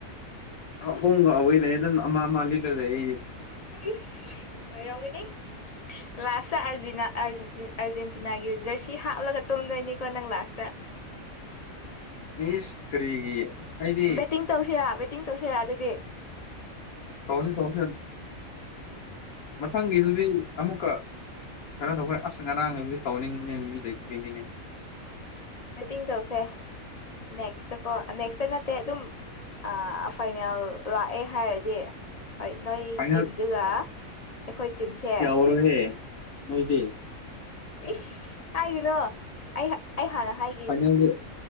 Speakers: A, on the left; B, on the left.
A: ꯑꯍꯣꯡꯒ ꯑꯋꯦ ꯂꯩꯦ ꯑꯗꯨꯝ ꯑꯃ ꯑꯃ ꯂꯤꯂ ꯂꯩ ꯑꯩꯁꯦ꯫
B: ꯏꯤꯁ ꯑꯣꯏꯔꯝꯒꯅꯤ꯫ ꯂꯥꯁꯇ ꯑꯥꯔꯖꯦꯟꯇꯤꯅꯥꯒꯤ ꯖꯔꯁꯤ ꯍꯥꯞꯂꯒ ꯇꯨꯝꯗꯣꯏꯅꯤꯀꯣ ꯅꯪ ꯂꯥꯁꯇ꯫
A: ꯏꯁ ꯀꯔꯤꯒꯤ꯫ ꯑꯩꯗꯤ
B: ꯕꯦꯠꯇꯤꯡ ꯇꯧꯁꯤꯔ ꯕꯦꯠꯇꯤꯡ ꯇꯧꯁꯤꯔ ꯑꯗꯨꯗꯤ
A: ꯇꯧꯔꯁꯤ ꯇꯧꯔꯁꯤ ꯃꯊꯪꯒꯤꯗꯨꯗꯤ ꯑꯃꯨꯛꯀ ꯀꯩꯅꯣ ꯇꯧꯕꯈꯣꯏ ꯑꯁ ꯉꯔꯥꯡ ꯍꯥꯏꯕꯗꯤ ꯇꯧꯅꯤꯡꯕꯅꯦꯅ ꯃꯤ ꯂꯩꯇꯕꯩꯅꯤꯅꯦ꯫
B: ꯕꯦꯇꯤꯡ ꯇꯧꯁꯦ ꯅꯦꯛꯁꯇꯀꯣ ꯅꯦꯛꯁꯇ ꯅꯠꯇꯦ ꯑꯗꯨꯝ ꯑ ꯐꯥꯏꯅꯦꯜ ꯂꯥꯛꯑꯦ ꯍꯥꯏꯔꯗꯤ꯫ ꯍꯣꯏ ꯅꯣꯏ
A: ꯐꯥꯏꯅꯦꯜ
B: ꯇꯤꯝꯗꯨꯒ ꯑꯩꯈꯣꯏ ꯇꯤꯝꯁꯦ꯫
A: ꯄꯨꯔꯣꯍꯦ꯫ ꯅꯣꯏꯗꯤ
B: ꯏꯁ ꯍꯥꯏꯒꯅꯣ ꯑꯩ ꯑꯩ ꯍꯥꯟꯅ ꯍꯥꯏꯒ
A: ꯐꯩꯅꯗꯤ꯫